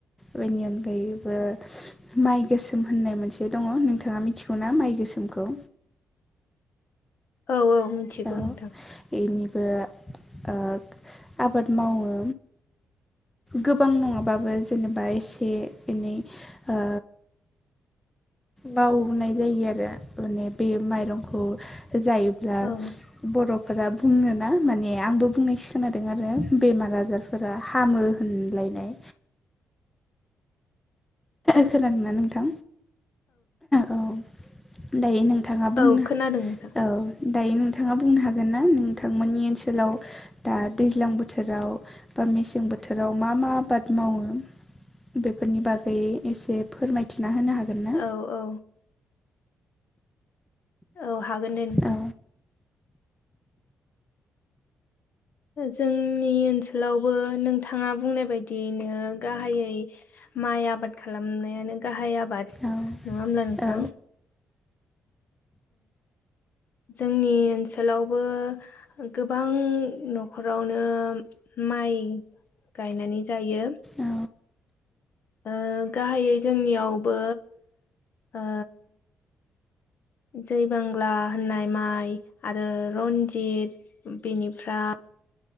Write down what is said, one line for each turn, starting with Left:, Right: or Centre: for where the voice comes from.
Centre: बेनि अनगायैबो माइ गोसोम होननाय मोनसे दङ नोंथाङा मिथिगौना माइ गोसोमखौ
Left: औ औ मिथिगौ
Centre: औ
Left: नोंथां
Centre: एनिबो ओ आबाद मावो गोबां नङाबाबो जेनेबा एसे एनै ओ मावनाय जायो आरो माने बे माइरंखौ जायोब्ला
Left: औ
Centre: बर'फोरा बुङोना माने आंबो बुंनायसो खोनादों आरो बेमार आजार फोरा हामो होनलायनाय खोनादोंना नोंथां औ। दायो नोंथाङा बुंनो
Left: औ खोनादों नोंथां
Centre: औ दायो नोंथाङा बुंनो हागोन ना नोंथांमोननि ओनसोलाव दा दैज्लां बोथोराव बा मेसें बोथोराव मा मा आबाद मावो? बेफोरनि बागै एसे फोरमायथिना होनो हागोन ना।
Left: औ औ औ हागोन दे नोंथां।
Centre: औ
Left: जोंनि ओनसोलावबो नोंथाङा बुंनाय बायदियैनो गाहायै माइ आबाद खालामनायानो गाहाय आबाद नङा
Centre: औ
Left: होमब्ला नोंथां।
Centre: औ
Left: जोंनि ओनसोलावबो गोबां न'खरावनो माइ गायनानै जायो।
Centre: औ
Left: ओ गाहायै जोंनियावबो ओ जै बांला होननाय माइ आरो रन्जित बेनिफ्राय